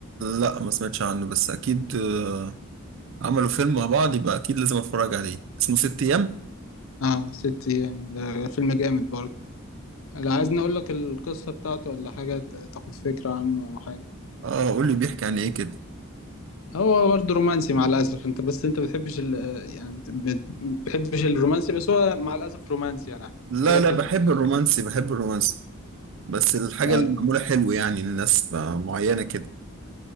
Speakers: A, on the right; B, on the left.
A: لا ما سمعتش عنه بس أكيد آه، عملوا فيلم مع بعض يبقى أكيد لازم أتفرج عليه اسمه ست أيام
B: اه ست أيام ده فيلم جامد برضه لو عايزني أقول لك القصة بتاعته ولا حاجة ت- تاخد فكرة عنه أو حاجة
A: اه قول لي بيحكي عن إيه كده
B: هو برضه رومانسي مع الأسف أنت بس أنت بتحبش ال يعني بت- بت- بتحبش الرومانسي بس هو مع الأسف رومانسي يعني أحكي
A: لا
B: لك
A: لا بحب
B: ال...
A: الرومانسي بحب الرومانسي بس الحاجة
B: طيب
A: اللي معمولة حلو يعني لناس آه، معينة كده